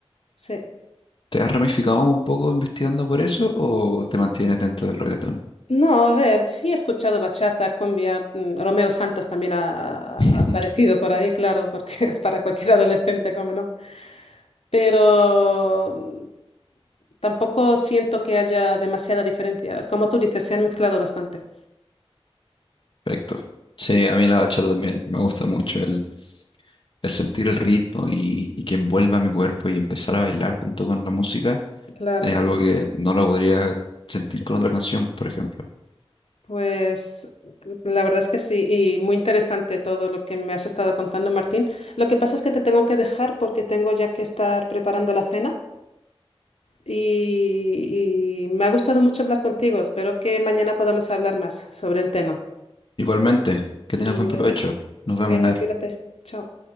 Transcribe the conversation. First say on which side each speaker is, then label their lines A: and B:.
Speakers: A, on the left; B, on the left.
A: sí.
B: ¿Te has ramificado un poco investigando por eso o te mantienes dentro del reggaetón?
A: No, a ver, sí he escuchado bachata, cumbia, mm, Romeo Santos también ha, ha-
B: <laughs>
A: ha aparecido por ahí, claro, porque <laughs> para cualquier adolescente, cómo no. Pero mm, tampoco siento que haya demasiada diferencia. Como tú dices, se han mezclado bastante.
B: Perfecto. Sí, a mí la bachata también me gusta mucho, el, el sentir el ritmo y, y que envuelva mi cuerpo y empezar a bailar junto con la música
A: Claro,
B: es algo que no lo podría sentir con otra canción, por ejemplo.
A: pues mm, la verdad es que sí, y muy interesante todo lo que me has estado contando, Martín. Lo que pasa es que te tengo que dejar porque tengo ya que estar preparando la cena. y, y me ha gustado mucho hablar contigo. Espero que mañana podamos hablar más sobre el tema.
B: Igualmente, que tengas
A: Mm,
B: buen
A: Vale,
B: provecho. Nos
A: venga,
B: vemos, Ner.
A: cuídate. Chao.